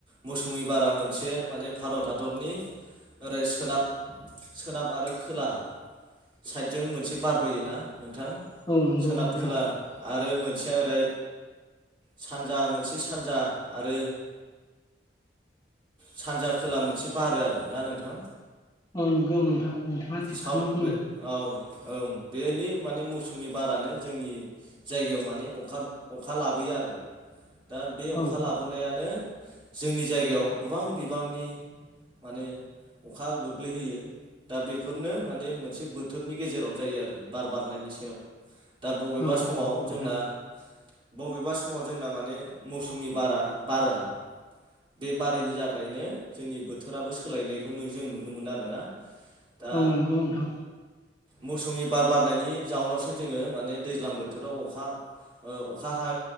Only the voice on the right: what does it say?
मौसुमि बारा मोनसे माने भारत हादरनि ओरै सोनाब सोनाब आरो खोला साइडजों मोनसे बारबोयोना नोंथां
सोनाब
खोला आरो मोनसे ओरै सानजा मोनसे सानजा आरो सानजा खोला मोनसे बारो आरो ना नोंथां
साउथ
वे औ ओं बेनि माने मौसुमि बारानो जोंनि जायगायाव माने अखा अखा लाबोयो आरो दा बे अखा
लाबोनायानो जोंनि जायगायाव गोबां बिबांनि माने अखा गोग्लैहोयो। दा बेफोरनो माने मोनसे बोथोरनि गेजेराव जायो आरो बार बारनायनि सायाव। दा बबेबा
समाव
जोंना बबेबा समाव जोंना माने मौसुमि बारा बारा बे बारिनि थाखायनो जोंनि बोथोराबो सोलायनायखौनो जों नुनो मोनो आरोना दा
मौसुमि बार बारनायनि जाउनावसो जोङो माने दैज्लां बोथोराव अखा ओ अखा हा